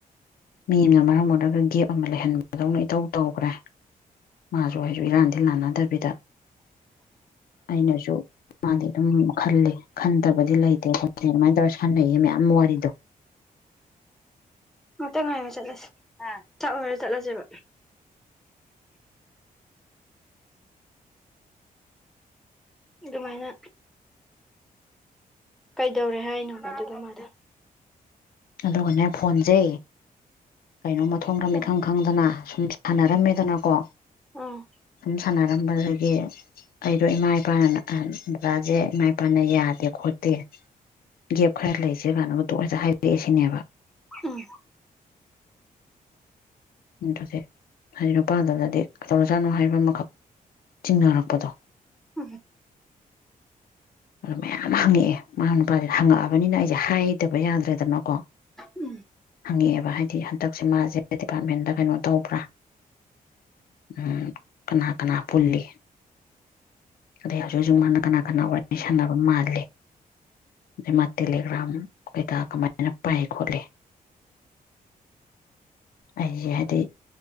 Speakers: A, on the left; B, in the centre.
A: ꯃꯤ ꯑꯝꯅ ꯃꯔꯝ ꯑꯣꯏꯔꯒ ꯒꯦꯞ ꯑꯃ ꯂꯩꯍꯟꯕꯗꯧꯅ ꯏꯇꯧ ꯇꯧꯒ꯭ꯔꯦ ꯃꯥꯖꯨ ꯑꯩꯖꯨ ꯏꯔꯥꯟꯗꯤ ꯂꯥꯟꯅꯗꯕꯤꯗ ꯑꯩꯅꯖꯨ ꯃꯥꯗꯤ ꯑꯗꯨꯝ ꯈꯜꯂꯦ ꯈꯟꯗꯕꯗꯤ ꯂꯩꯇꯦ ꯈꯣꯠꯇꯦ ꯑꯗꯨꯃꯥꯏꯅ ꯇꯧꯔ ꯁꯥꯟꯅꯩꯌꯦ ꯃꯌꯥꯝ ꯋꯥꯔꯤꯗꯣ
B: <inaudible> ꯉꯥꯛꯇ ꯉꯥꯏꯌꯣ ꯆꯠꯂꯖꯦ ꯍꯥ ꯆꯥꯛ ꯂꯣꯏꯔ ꯆꯠꯂꯖꯦꯕ ꯑꯗꯨꯃꯥꯏꯅ ꯀꯩꯗꯧꯔꯦ ꯍꯥꯏꯅꯣꯕ ꯑꯗꯨꯒ ꯃꯗꯣ
A: ꯑꯗꯨꯒꯅꯦ ꯐꯣꯟꯖꯦ ꯀꯩꯅꯣ ꯃꯊꯣꯡ ꯃꯔꯝ
B: ꯎꯝ
A: ꯏꯈꯪ ꯈꯪꯗꯅ ꯁꯨꯝ ꯁꯥꯟꯅꯔꯝꯃꯦꯗꯅꯀꯣ
B: ꯑꯥ
A: ꯑꯗꯨꯨꯝ ꯁꯥꯟꯅꯔꯝꯕꯗꯒꯤ ꯑꯩꯗꯣ ꯏꯃꯥ ꯏꯄꯥ ꯑꯥ ꯗꯥꯗꯥꯖꯦ ꯏꯃꯥ ꯏꯄꯥꯅ ꯌꯥꯗꯦ ꯈꯣꯠꯇꯦ ꯒꯦꯞ ꯈꯔ ꯂꯩꯖꯦ ꯀꯥꯟꯅꯒ ꯗꯣꯛ ꯍꯦꯛꯇ ꯍꯥꯏꯔꯛꯑꯦ ꯁꯤꯅꯦꯕ
B: ꯎꯝ
A: ꯑꯗꯨꯗꯤ ꯍꯥꯏꯗꯤ ꯅꯨꯄꯥꯗꯨꯗꯗꯤ ꯀꯩꯗꯧꯔꯖꯥꯠꯅꯣ ꯍꯥꯏꯕ ꯑꯃꯈꯛ ꯆꯤꯡꯅꯔꯛꯄꯗꯣ
B: ꯎꯝ
A: ꯑꯗꯣ ꯃꯌꯥꯝ ꯍꯪꯉꯛꯑꯦ ꯃꯥꯅ ꯅꯨꯄꯥꯖꯤꯗ ꯍꯪꯉꯛꯑꯕꯅꯤꯅ ꯑꯩꯖꯦ ꯍꯥꯏꯗꯕ ꯌꯥꯗ꯭ꯔꯦꯗꯅꯀꯣ
B: ꯎꯝ
A: ꯍꯪꯉꯛꯑꯦꯕ ꯍꯥꯏꯗꯤ ꯍꯟꯗꯛꯁꯦ ꯃꯥꯖꯦ ꯗꯤꯄꯥꯔꯠꯃꯦꯟꯗ ꯀꯩꯅꯣ ꯇꯧꯕ꯭ꯔꯥ ꯎꯝ ꯀꯅꯥ ꯀꯅꯥ ꯄꯨꯜꯂꯤ ꯑꯗꯩ ꯍꯧꯖꯤꯛ ꯍꯧꯖꯤꯛ ꯃꯥꯅ ꯀꯅꯥ ꯀꯅꯥ ꯋꯥꯏ ꯔꯤ ꯁꯥꯟꯅꯕ ꯃꯥꯜꯂꯦ ꯑꯗꯩ ꯃꯥ ꯇꯦꯂꯦꯒ꯭ꯔꯝ ꯀꯩꯀꯥ ꯀꯃꯥꯏꯅ ꯄꯥꯏ ꯈꯣꯠꯂꯦ ꯑꯩꯖꯦ ꯍꯥꯏꯗꯤ